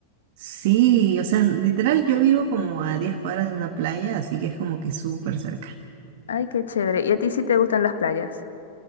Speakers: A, on the right; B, on the left.
A: Sí, o sea, literal yo vivo como a 10 cuadras de una playa, así que es como que súper cerca.
B: Ay, qué chévere. ¿Y a ti sí te gustan las playas?